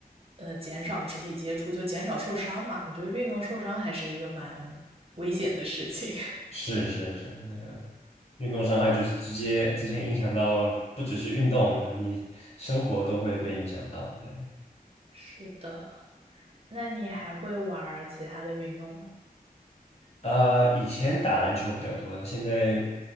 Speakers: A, on the right; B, on the left.
A: 呃，减少肢体接触，就减少受伤嘛。我觉得运动受伤还是一个蛮危险的事情。<laughs>
B: 是是是，那个运动伤害就是直接直接影响到，不只是运动，你生活都会被影响到。对，
A: 是的，那你还会玩儿其他的运动吗？
B: 呃，以前打篮球比较多，现在